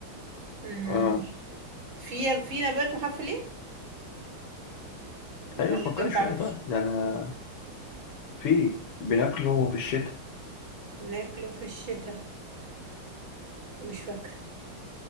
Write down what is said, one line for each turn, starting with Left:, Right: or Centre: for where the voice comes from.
Right: مم،
Left: اه
Right: في في نبات بحرف الياء
Left: ايوه
Right: ولا
Left: فكري
Right: أنت ما تعرفش
Left: شوية بقى ده انا في بناكله في الشتاء
Right: بناكله في الشتاء مش فاكرة